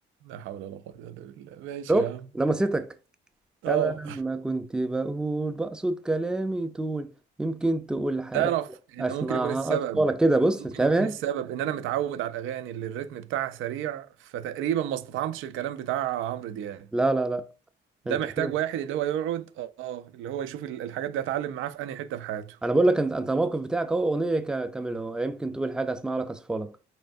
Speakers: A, on the right (about 80°); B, in the centre.
A: لا حول ولا قوه الا بالله ماشي
B: شفت
A: يا عم
B: لمستك
A: اه
B: انا لما كنت بقول بقصد كلامي طول يمكن تقول حاجه
A: تعرف
B: اسمعها
A: ان ممكن يكون السبب
B: اطفالك كده بص
A: ممكن
B: أنت فاهم
A: يكون السبب ان انا متعود على الاغاني اللي الريتم بتاعها سريع فتقريبا ما استطعمتش الكلام بتاع عمرو دياب
B: لا لا لا
A: ده
B: انت
A: محتاج
B: كده
A: واحد اللي هو يقعد اه اللي هو يشوف الحاجات دي هتعلم معاه في انهي حته في حياته
B: انا بقول لك انت انت الموقف بتاعك اهو اغنيه كا- كامله اهو يمكن تقول حاجه اسمع لك اصفالك